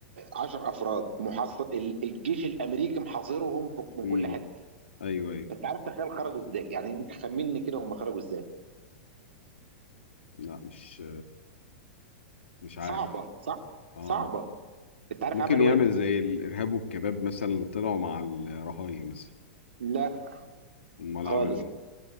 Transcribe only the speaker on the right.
10 افراد محاصر ال- الجيش الامريكي محاصرهم في- من
كل حته
انت عارف تخيل خرجوا ازاي يعني انت خمني كده هم خرجوا ازاي
صعبه صح
صعبه انت عارف
عملوا
ايه
لا
خالص